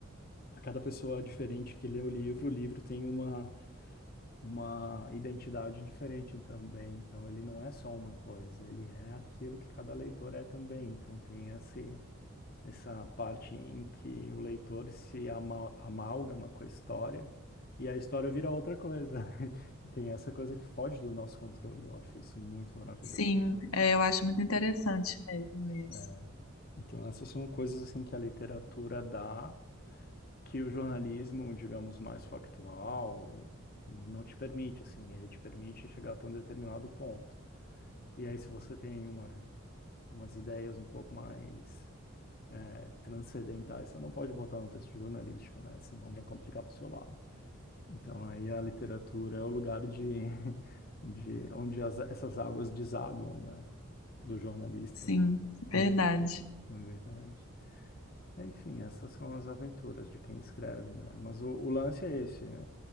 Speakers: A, on the left (about 45°); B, on the left (about 80°).
A: A cada pessoa é diferente que lê o livro, o livro tem uma, uma identidade diferente também. Então ele não é só uma coisa, ele é aquilo que cada leitor é também. Então tem esse, essa parte em que o leitor se ama, amálgama com a história e a história vira outra coisa. <laughs> E tem essa coisa que foge do nosso controle. Eu acho isso muito maravilhoso
B: Sim,
A: também.
B: é, eu acho muito interessante mesmo isso.
A: É. Então, essas são coisas assim que a literatura dá, que o jornalismo, digamos, mais factual, não te permite, assim, ele te permite chegar até um determinado ponto. E aí, se você tem uma, umas ideias um pouco mais é, transcendentais, você não pode botar no texto jornalístico, né? Senão vai complicar para o seu lado. Então, aí a literatura é o lugar de, <laughs> de onde as, essas águas desaguam, né? Do jornalista,
B: Sim, verdade.
A: Hum. na verdade. É, Enfim, essas são as aventuras de quem escreve, né? Mas o, o lance é esse. né?